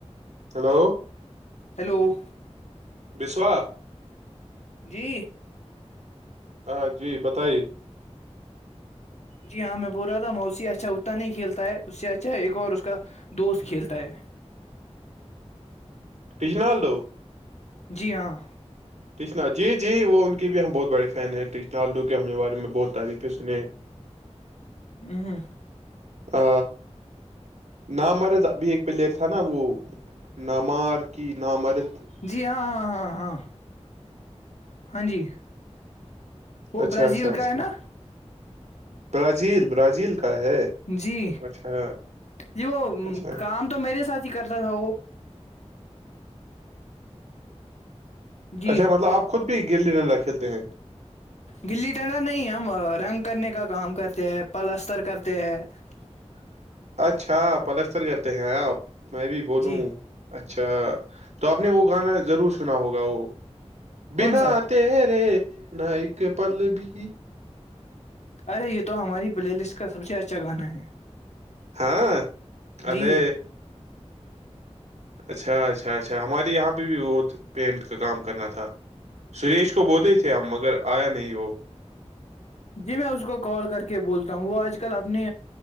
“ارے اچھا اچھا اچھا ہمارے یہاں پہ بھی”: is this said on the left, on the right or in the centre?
Right